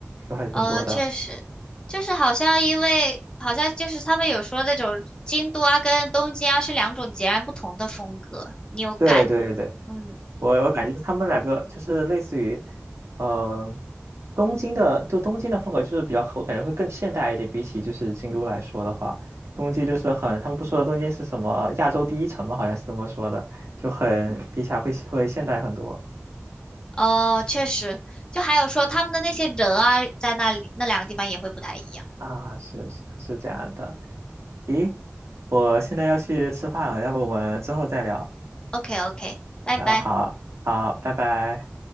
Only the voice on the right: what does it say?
就还挺多的。
对对对，
我我感觉他们两个就是类似于，呃，东京的就东京的风格就是比较，我感觉会更现代一点，比起就是京都来说的话，东京就是很，他们不说东京是什么亚洲第一城嘛，好像是这么说的，就很比起来会会现代很多。
啊，是是是这样的。咦，我现在要去吃饭了，要不我们之后再聊？
啊，好，好，拜拜。